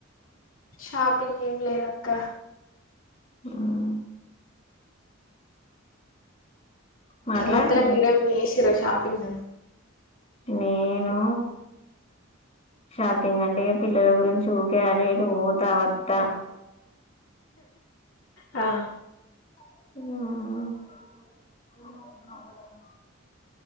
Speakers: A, on the left (about 80°); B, on the left (about 35°).
A: షాపింగ్ లేద్ అక్క
B: హ్మ్ మాట్లాడు
A: ఏం వద్దు లే మీరే చేసి రాషాపి అ
B: నేను
A: స
B: షాపింగ్ అంటే పిల్లల గురించి ఊకే ఆటు ఇటు పోతా వత్త
A: హా
B: హ్మ్మ్